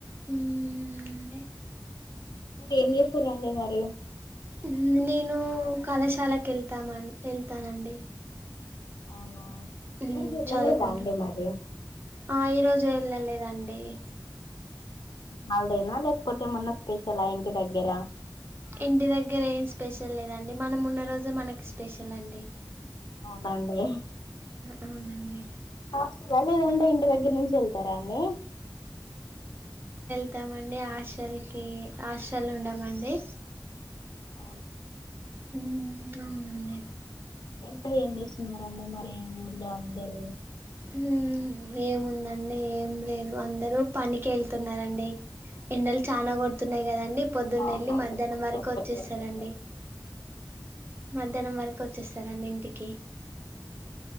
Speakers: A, on the right; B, on the left.
A: ఉ ఉ ఉంది
B: ఏం చేస్తురండి మరి
A: న్ నేను కళాశాలకు వెళ్తామ్, వెళ్తానండి..
B: అవునా
A: ఊ
B: ఈరోజు వెళ్ళలేదా
A: చదువుకుంటుంది
B: అండి మరి
A: ఆ ఈ రోజు వెళ్ళలేదండి ఎహ్..
B: హాలిడేనా లేకపోతే ఏమన్నాస్పెషల్ ఆ ఇంటిదగ్గర
A: ఇంటి దగ్గర ఏం స్పెషల్ లేదండి, మనం ఉన్న రోజే మనకి స్పెషల్ అండి..
B: అవునండి..
A: అవునండి.
B: అగా లేదంటే ఇంటి దగ్గర నుంచి వెళ్తారా అన్నీ
A: కొంతమంది హాస్టల్ కి, హాస్టల్ ఉండమండి.
B: అ..
A: ఉమ్.. అవునండి..
B: ఇంకా ఏం చేస్తున్నారండి, మరి ఊర్లో అందరూ
A: హ్మ్మ్ ఏముందండి ఏం లేదు అందరు పనికి వెళ్తున్నారండి ఎండలు చాల కొడుతున్నాయి కదండి పొద్దున్న
B: అవునండి
A: వెళ్ళి మధ్యాహ్నం
B: ఫుల్
A: వరకు వచ్చేస్తారండి
B: ఎండలు కొడుతున్నాయి
A: మధ్యాహ్నం వరకు వ రండి ఇంటికి